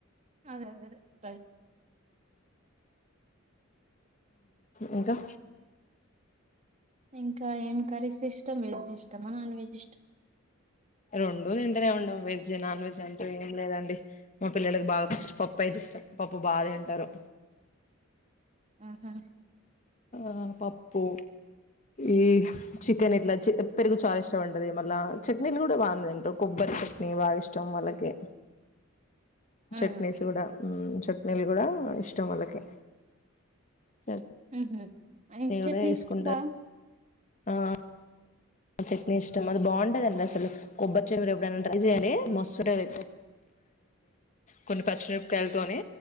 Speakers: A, on the right; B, on the left.
A: అదే అదే
B: ఇంకా
A: ఇంకా ఏం కర్రీస్ ఇష్టం వెజ్ ఇష్టమా నాన్ వెజ్ ఇష్టం
B: రొండు తింటనే ఉంటం వెజ్ నాన్ వెజ్ అంటు ఏం లేదండి మా పిల్లలకి బాగా ఫస్ట్ పప్పు అయితే ఇష్టం పప్పు బాగా తింటరు.
A: ఆహా
B: ఆ పప్పు ఈ చికెన్ ఇట్ల పెరుగు చాలా ఇష్టం ఉంటది మళ్ళా చట్నీలు గుడా బానేదింటారు కొబ్బరి చట్నీ బాగిష్టం వాళ్ళకి
A: ఆ
B: చట్నీస్ గుడా చట్నీలు గుడా ఇష్టం వాళ్ళకి చట్నీ
A: మ్ హ్ ఏం చట్నీ
B: కూడా వేసుకుంటారు
A: ఇష్టం బాగా
B: ఆ ప చట్నీ ఇష్టం అది బాగుంటదండి అసలు కొబ్బరి చట్ని మీర్ ఎప్పుడైనా ట్రై చేయండి. మస్తుంటది కొన్ని పచ్చిమిరపకాయలతోని